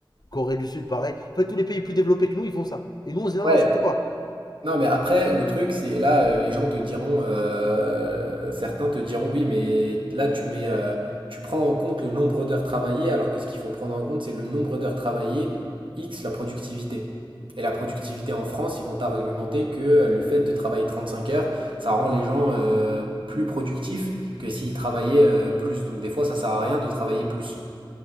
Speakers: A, on the left; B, on the right.
A: Corée du Sud, pareil. En fait, tous les pays plus développés que nous, ils font ça. Et nous, on se dit non,
B: Ouais.
A: non, surtout pas.
B: Non, mais après, le truc, c'est là, euh, les gens te diront, euh, certains te diront, oui, mais là, tu mets, euh, tu prends en compte le nombre d'heures travaillées, alors que ce qu'il faut prendre en compte, c'est le nombre d'heures travaillées, X, la productivité. Et la productivité en France, ils vont t'argumenter que euh, le fait de travailler 35 heures, ça rend les gens euh, plus productifs que s'ils travaillaient euh, plus. Donc des fois, ça sert à rien de travailler plus.